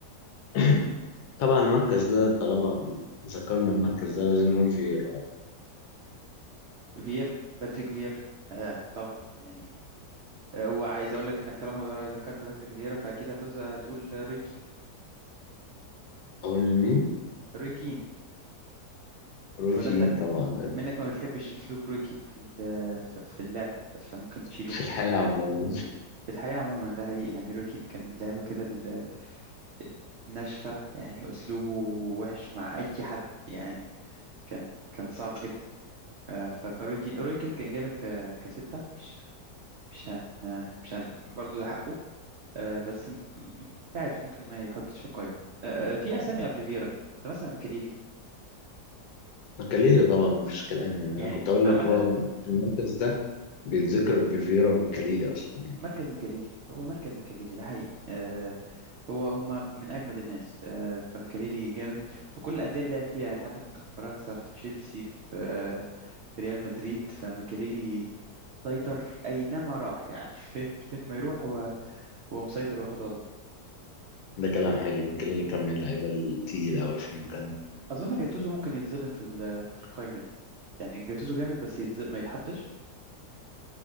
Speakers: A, on the left; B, on the right.
A: <clears throat> طبعا المركز ده طالما ذكرنا المركز ده لازم نقول فييرا
B: فير باتريك فير آه طبعا يعني آه، وعايز اقول لك انك طالما ذكرت باتريك فيرا فاكيد هتوز- هتقول روي كين
A: اقول مين؟
B: روي كين
A: روي
B: ولا
A: كين
B: انت
A: طبعا
B: منك ما بتحبش اسلوب روي كين في ال- في في اللعب فممكن نشيله
A: في الحياة عموما
B: في الحقيقة عموما ده حقيقي يعني روي كين كان من اللعيبة كده ال- الناشفة يعني أسلوبه وحش مع أي حد يعني كان كان صعب جدا آه، ف- فروي كين روي كين كان جامد ك- كستة مش هن مش هن برضه ده حقه آه بس م- م- مش عارف ممكن ما يحطش في القائمة آه آه، في أسامي قبل فيرا أنت مثلا ميكاليلي
A: مكاليلي طبعا مفيش كلام يعني
B: يعني
A: انا كنت اقول
B: عامة
A: لك هو في المركز ده بيتذكر بفيرا مكاليلي اصلا يعني
B: مركز ميكاليلي هو مركز ميكاليلي ده حقيقي آه هو هما من أجمد الناس آه فميكاليلي جامد في كل الأندية اللي لعب فيها يعني حتى في منتخب فرنسا في تشيلسي في آه في ريال مدريد فميكاليلي سيطر أينما راح يعني <laughs> فين فين ما يروح هو هو مسيطر واخد وضعه
A: ده كلام حقيقي مكاليلي كان من اللعيبه التقيله قوي في المكان ده
B: اظن جاتوزو ممكن يتظلم في ال- في القايمه دي يعني جاتوزو جامد بس يتظلم ما يتحطش